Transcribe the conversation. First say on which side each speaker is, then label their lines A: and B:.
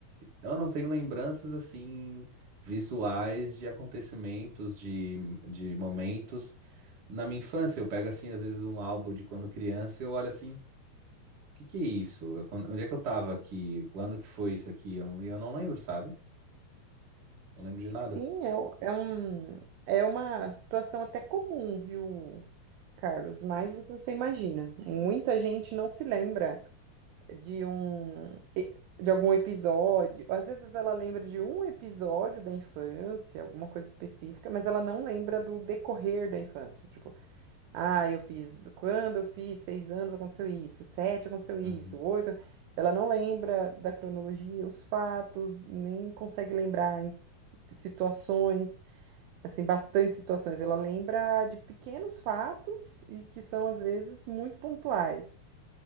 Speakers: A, on the right; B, on the right.
A: Eu não tenho lembranças assim visuais de acontecimentos, de, de momentos. Na minha infância, eu pego assim, às vezes, um álbum de quando criança e eu olho assim, o que que é isso? É Quando- Onde é que eu tava aqui? Quando que foi isso aqui? Eu- E eu, não lembro, sabe? Não lembro de nada.
B: Sim, é, um, é um- é uma situação até comum, viu, Carlos? Mais do que você imagina. Muita gente não se lembra de um de algum episódio. Às vezes ela lembra de um episódio da infância, alguma coisa específica, mas ela não lembra do decorrer da infância. Tipo, ah, eu fiz, quando eu fiz seis anos aconteceu isso, sete aconteceu isso,
A: Uhum.
B: oito. Ela não lembra da cronologia, os fatos, nem consegue lembrar situações assim, bastante situações. Ela lembra de pequenos fatos e que são, às vezes, muito pontuais.